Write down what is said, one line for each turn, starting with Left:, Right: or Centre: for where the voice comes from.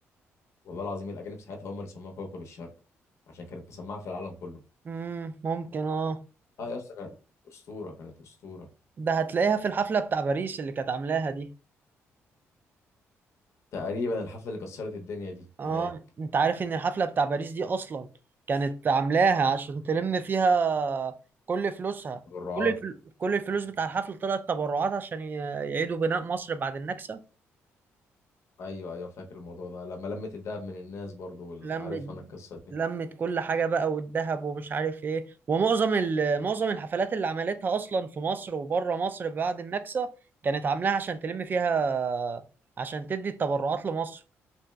Left: والله العظيم الاجانب ساعتها هم اللي سموها كوكب الشرق عشان كانت مسمعه في العالم كله
Right: امم ممكن اه
Left: اه يا اسطى كانت اسطوره كانت اسطوره
Right: ده هتلاقيها في الحفله بتاع باريس اللي كانت عاملاها دي
Left: تقريبا الحفله اللي كسرت الدنيا دي
Right: اه
Left: هناك
Right: انت عارف ان الحفلة بتاع باريس دي اصلا كانت عاملاها عشان تلم فيها كل فلوسها
Left: بالرعاة
Right: كل الفل... كل الفلوس بتاع الحفلة طلعت تبرعات عشان ي... يعيدوا بناء مصر بعد النكسة
Left: ايوه ايوه فاكر الموضوع ده لما لمت الدهب من الناس برضو وال-
Right: لمت
Left: عارف انا القصه دي
Right: لمت كل حاجة بقى والذهب ومش عارف ايه ومعظم ال... معظم الحفلات اللي عملتها اصلا في مصر وبره مصر بعد النكسة كانت عاملاها عشان تلم فيها عشان تدي التبرعات لمصر